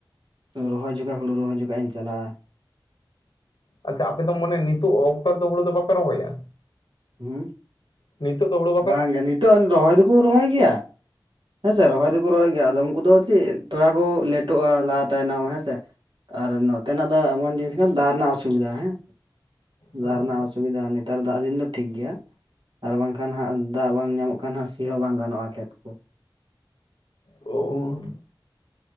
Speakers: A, on the right; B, on the left.
A: ᱨᱚᱦᱚᱭ ᱡᱚᱠᱷᱟᱜ ᱦᱩᱲᱩ ᱨᱚᱦᱚᱭ ᱡᱚᱠᱷᱮᱡ ᱤᱧ ᱪᱟᱞᱟᱜᱼᱟ
B: ᱟᱪᱪᱷᱟ ᱟᱯᱮ ᱫᱚ ᱢᱟᱱᱮ ᱱᱤᱛᱚᱜ ᱚᱠᱛᱚ ᱨᱮ ᱫᱚ ᱦᱩᱲᱩ ᱫᱚ ᱵᱟᱯᱮ ᱨᱚᱦᱚᱭᱟ?
A: ᱦᱩᱸ
B: ᱱᱤᱛᱚᱜ ᱫᱚ ᱦᱳᱲᱳ
A: ᱵᱟᱝ ᱜᱮ ᱱᱤᱛᱚᱜ ᱟᱫᱚ ᱨᱚᱦᱚᱭ ᱫᱚᱠᱚ ᱨᱚᱦᱚᱭ ᱜᱮᱭᱟ ᱦᱮᱸᱥᱮ ᱨᱚᱦᱚᱭ ᱫᱚᱠᱚ ᱨᱚᱦᱚᱭ ᱜᱮᱭᱟ ᱟᱫᱚ ᱩᱱᱠᱩ ᱫᱚ ᱪᱮᱫ ᱛᱷᱚᱲᱟ ᱠᱚ ᱞᱮᱴᱚᱜᱼᱟ ᱞᱟᱦᱟ ᱛᱟᱭᱱᱚᱢ ᱦᱮᱸᱥᱮ ᱟᱨ ᱱᱚᱛᱮᱱᱟᱜ ᱫᱚ ᱮᱢᱚᱱ ᱡᱤᱱᱤᱥ ᱠᱟᱱᱟ ᱫᱟᱜ ᱨᱮᱱᱟᱜ ᱚᱥᱩᱵᱤᱫᱟ ᱦᱮᱸ
B: ᱟᱪᱪᱷᱟ
A: ᱫᱟᱜ ᱨᱮᱱᱟᱜ ᱚᱥᱩᱵᱼᱼ ᱥᱩᱵᱤᱫᱟ ᱱᱮᱛᱟᱨ ᱫᱟᱜ ᱫᱤᱱ ᱫᱚ ᱴᱷᱤᱠ ᱜᱮᱭᱟ ᱟᱨ ᱵᱟᱝᱠᱷᱟᱱ ᱦᱟᱸᱜ ᱫᱟᱜ ᱵᱟᱝ ᱧᱟᱢᱚᱜ ᱠᱷᱟᱱ ᱦᱟᱸᱜ ᱥᱤ ᱦᱚᱸ ᱵᱟᱝ ᱜᱟᱱᱚᱜᱼᱟ ᱠᱷᱮᱛ ᱠᱚ
B: ᱳᱻ
A: ᱦᱮᱸᱥᱮ᱾